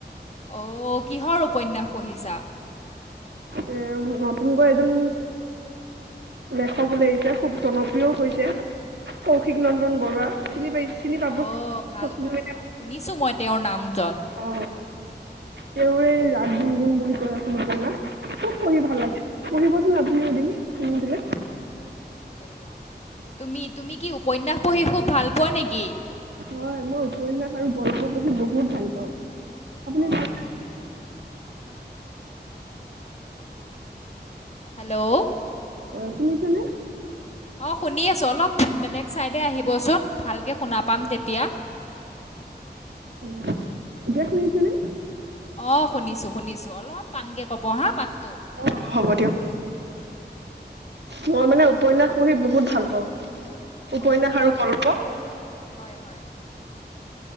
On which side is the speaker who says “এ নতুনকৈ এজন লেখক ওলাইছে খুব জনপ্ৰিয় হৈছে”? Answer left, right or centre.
Right